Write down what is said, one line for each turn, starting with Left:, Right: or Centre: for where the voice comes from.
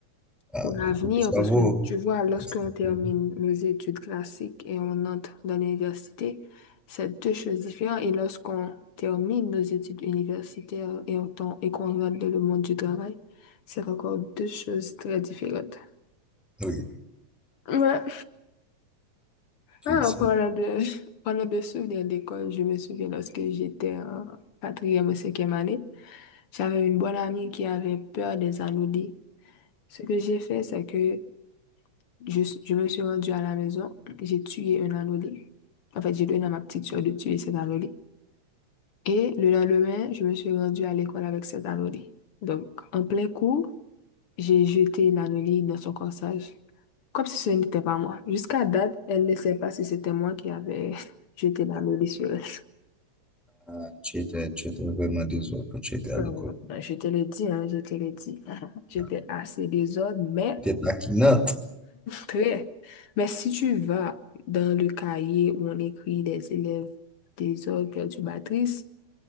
Centre: ah,
Left: pour l'avenir,
Centre: oui, pour le savoir.
Left: parce que tu vois, lorsqu'on termine
Centre: Mhm.
Left: nos études classiques et on entre dans l'université, c'est deux choses différentes. Et lorsqu'on termine nos études universitaires et on tombe- et qu'on rentre dans le monde du travail, c'est encore deux choses très différentes.
Centre: Oui,
Left: Ouais. Ah,
Centre: oui, c'est-
Left: en parlant de, <laughs> en parlant de souvenirs d'école, je me souviens lorsque j'étais en quatrième ou cinquième année, j'avais une bonne amie qui avait peur des anolis. Ce que j'ai fait, c'est que je, je me suis rendue à la maison, j'ai tué un anolis. En fait, j'ai donné à ma petite soeur de tuer cet anolis. Et le lendemain, je me suis rendue à l'école avec cet anolis. Donc, en plein cours, j'ai jeté l'anneau dans son corsage, comme si ce n'était pas moi. Jusqu'à date, elle ne sait pas si c'était moi qui avais <laughs> jeté l'anneau sur elle.
Centre: ah, tu étais, tu étais vraiment désolé quand tu étais à
Left: Bon,
Centre: l'école.
Left: ben, je te l'ai dit, hein, je te l'ai dit. <laughs> J'étais
Centre: Ah,
Left: assez désordre, mais
Centre: Tu étais taquinante.
Left: très. Mais si tu vas dans le cahier où on écrit des élèves désordres perturbatrices,